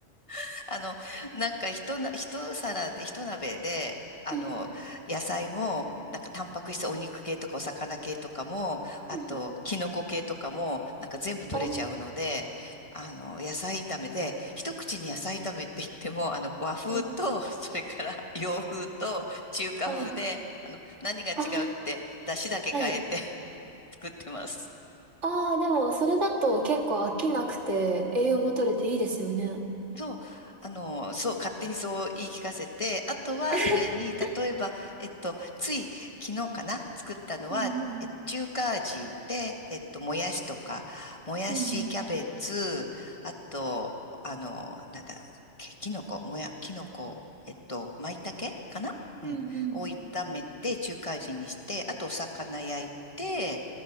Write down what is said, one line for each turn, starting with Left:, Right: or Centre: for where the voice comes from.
Left: <laughs> あの、なんか一な、一皿で、一鍋で、あの、
Right: うんうん。
Left: 野菜も、なんかタンパク質、お肉系とかお魚系とかも、あと、
Right: うんうん。
Left: キノコ系とかも、なんか全部取れちゃうので、
Right: ああ、
Left: あの、野菜炒めで、一口に野菜炒めって言っても、あの、和風と、
Right: うん。
Left: <laughs> それから洋風と中華風で、
Right: はい。
Left: あの、何が違うって、
Right: あ
Left: 出汁だけ変えて
Right: あ、はい。
Left: <laughs> 作ってます。
Right: ああ、でもそれだと結構飽きなくて栄養も取れていいですよね。
Left: そう、あの、そう、勝手にそう言い聞かせて、あとはそれに、
Right: <laughs>
Left: 例えば、えっと、つい昨日かな、作ったのは、
Right: うんうん。
Left: え中華味で、えっと、もやしとか、もやし、
Right: うんうん。
Left: キャベツ、あと、あの、なんだ、ききのこ、もや、きのこ、えっと、まいたけかなうん。
Right: うんうん。
Left: を炒めて、中華味にして、あとお魚焼いて、